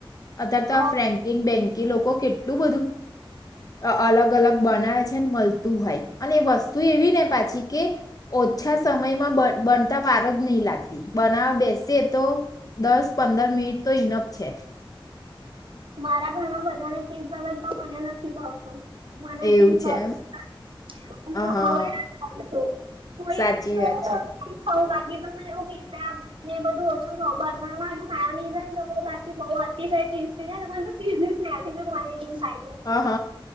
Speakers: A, on the left; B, on the right.
A: અત્યાર
B: હ
A: તો આ ફ્રેન્કી બેન્કી લોકો કેટલું બધું અ અલગ-અલગ બનાવે છે ને મલતું હોય અને એ વસ્તુ એવીને પાછી કે ઓછા સમયમાં બ બનતાં વાર જ નહીં લાગતી બનાવા બેસીએ તો દસ પંદર મિનિટ તો ઈનફ છે.
B: મારા ઘરમાં બધાને ચીજ ભાવે છે પણ મને નથી ભાવતું, મને
A: એવું
B: ચીજ
A: છે
B: ભાવતું
A: એમ
B: હું
A: હ
B: અવ
A: હા
B: <unintelligible> છું થોડીક
A: સાચી
B: તો
A: વાત છે
B: ખવ બાકી તો મને હું પીઝા ને એ બધું ઓછું ખઉ બર્ગરમાં શું માયોનિસ હોયન તો તો બાકી બઉ અતિશય ચીઝ થઈ જાય ને તો મન તો ચીઝની સ્મેલથી બી વોમિટિંગ થાય. છે
A: હ હ